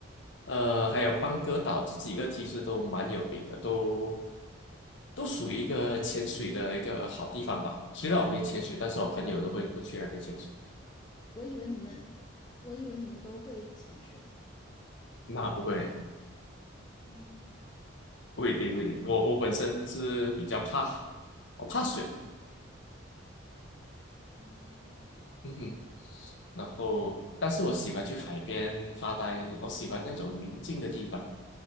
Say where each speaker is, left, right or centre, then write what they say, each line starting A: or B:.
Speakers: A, on the left; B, on the left.
A: 呃，还有邦哥岛，这几个其实都蛮有名的，都都属于一个潜水的一个好地方吧。虽然我没潜水，但是我朋友都会过去那边潜水。
B: 我以为你们，我以为你们都会潜水呢。
A: 那不会，
B: 嗯
A: 不一定，不一定。我我本身是比较怕，我怕水，
B: 嗯，OK，
A: 嗯哼。然后，但是我喜欢去海边发呆，我喜欢那种宁静的地方，